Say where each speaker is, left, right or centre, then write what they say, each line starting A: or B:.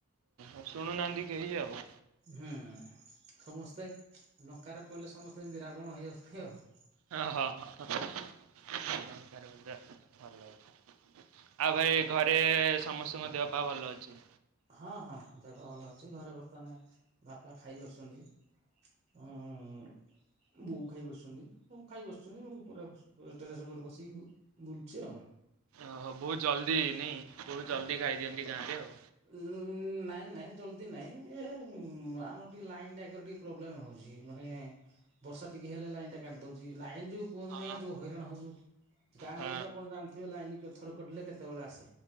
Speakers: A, on the right (about 75°); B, on the right (about 30°).
A: ଆଉ ସୁଣୁ ନାହାନ୍ତି କେହି ଆଉ।
B: ହୁଁ ସମସ୍ତେ ଲଙ୍କାରେ ପଡ଼ିଲେ ସମସ୍ତେ ଏମିତି ରାବଣ ହେଇ <unintelligible>
A: ହଁ ହଁ <unintelligible> ଆଉ ଭାଇ ଘରେ ସମସ୍ତଙ୍କ ଦେହ ପା ଭଲ ଅଛି?
B: ହଁ ହଁ ଦେହ ଭଲ ଅଛି ଘରେ ବର୍ତ୍ତମାନ ବାପା ଖାଇ ବସୁଛନ୍ତି। ହୁଁ ହଁ। ବୋଉ ଖାଇ ବସିଛନ୍ତି ବୋଉ ଖାଇ ବସଛନ୍ତି ବୋ ପୁରା ଟେସ୍ ଉପରେ ବସିକି ବୁଲୁଚି ଆଉ।
A: ଓହୋ ବହୁତ ଜଲ୍ଦି ନାଇଁ ବହୁତ ଜଲ୍ଦି ଖାଇଦିଅନ୍ତି ଗାଁରେ ଆଉ।
B: ହୁଁ। ନାଇଁ ନାଇଁ ଜଲ୍ଦି ନାହିଁ ଏ ଆମର ଟିକେ ଲାଇନ୍ ଟା ଟିକ ର ପ୍ରୋବ୍ଲେମ୍ ହେଉଛି ମାନେ ବର୍ଷା ଟିକେ ହେଲେ ଲାଇନ କାଟିଦେଉଚି ଲାଇନ୍ ଯୋଉ କୁହନ୍ତୁ
A: ହଁ
B: ନା ଆଜ୍ଞା ଯଉ ହଇରାଣ ହୋଉଚୁ ଗାଁ
A: ହଁ
B: ଗହଳିରେ ତ ଆପଣ ଜାଣିଥିବେ ଲାଇନ ଥର କଟିଲେ କେତେବେଳେ ଆସେ।